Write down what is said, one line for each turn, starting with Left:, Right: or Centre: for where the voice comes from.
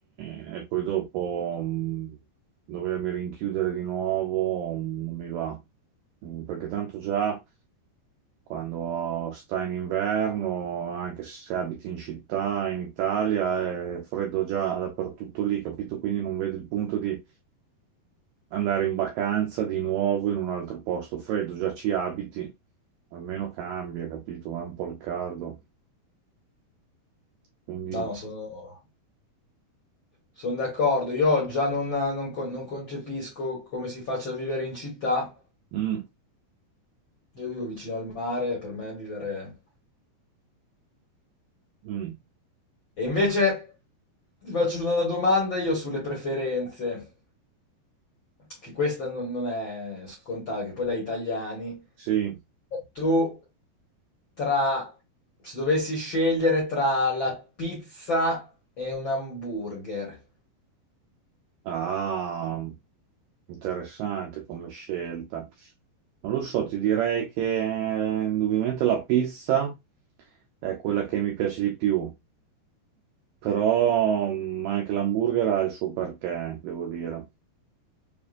Right: e poi dopo mh, dovermi rinchiudere di nuovo, mm, non mi va. Mm, Perché tanto già. Quando sta in inverno, anche se abiti in città, in Italia, è freddo già dappertutto lì, capito? Quindi non vedo il punto di andare in vacanza di nuovo in un altro posto freddo, già ci abiti, almeno cambia, capito? Va un po' al caldo. Quindi,
Left: No, no, sono, sono d'accordo. Io già non, non con- non concepisco come si faccia a vivere in città.
Right: mm,
Left: Io vivo vicino al mare, per me vivere...
Right: mm,
Left: E invece ti faccio una domanda io sulle preferenze, che questa non, non è scontata, che poi da italiani.
Right: sì,
Left: Tu tra... se dovessi scegliere tra la pizza e un hamburger,
Right: ah, interessante come scelta. Non lo so, ti direi che eh, indubbiamente la pizza è quella che mi piace di più. però mh, anche l'hamburger ha il suo perché, devo dire.